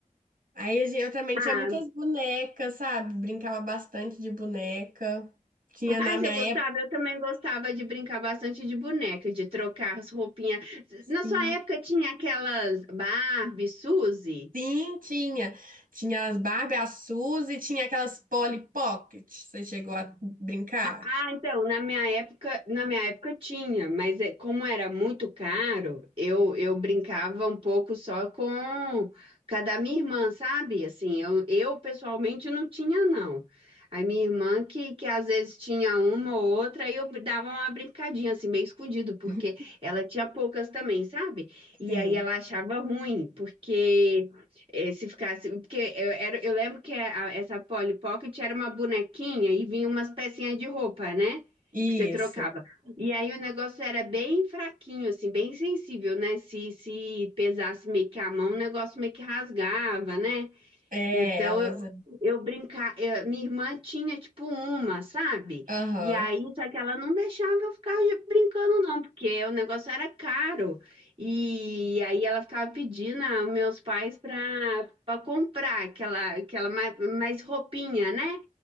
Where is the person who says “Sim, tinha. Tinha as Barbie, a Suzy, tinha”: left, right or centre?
Right